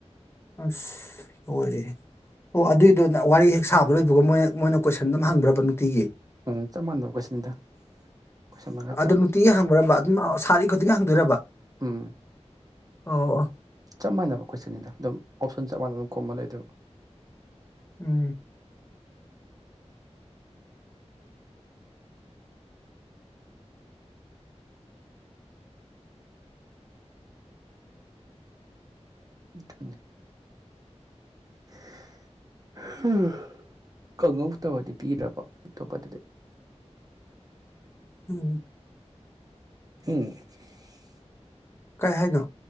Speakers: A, on the left (about 20°); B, on the right (about 30°).
A: ꯎꯟ ꯂꯣꯏꯔꯦꯍꯦ ꯑꯗꯨꯏꯗꯨ ꯋꯥꯔꯤ ꯍꯦꯛ ꯁꯥꯕ ꯂꯣꯏꯕꯒ ꯃꯣꯏꯟ ꯀꯣꯏꯁꯅꯗꯣ ꯑꯗꯨꯝ ꯉꯕꯔ꯭ꯕ ꯅꯨꯡꯇꯤꯒꯤ
B: ꯎꯟ ꯆꯞ ꯃꯅꯥꯕ ꯀꯣꯏꯁꯅꯗ ꯀꯣꯏꯟꯗ ꯃꯉꯥ ꯇꯥꯔꯨꯛ
A: ꯑꯗꯨ ꯅꯨꯡꯇꯤꯒꯤ ꯍꯪꯕ꯭ꯔꯕ ꯑꯗꯨꯝ ꯑ ꯁꯥꯔꯤ ꯈꯨꯗꯤꯡꯒꯤ
B: <unintelligible>
A: ꯍꯪꯗꯣꯏꯔꯕ
B: ꯎꯟ
A: ꯑꯣ ꯑꯣ
B: ꯆꯞ ꯃꯥꯅꯕ ꯀꯣꯏꯁꯅꯤꯗ ꯑꯗꯨꯝ ꯑꯣꯞꯁꯣꯟ ꯆꯞ ꯃꯟꯅꯅ ꯈꯨꯝꯃ ꯂꯩꯗꯣꯏꯕ
A: ꯎꯝ
B: ꯗꯨꯅꯤ <unintelligible>
A: ꯎꯝ
B: <unintelligible>
A: ꯀꯩ ꯍꯥꯏꯅꯣ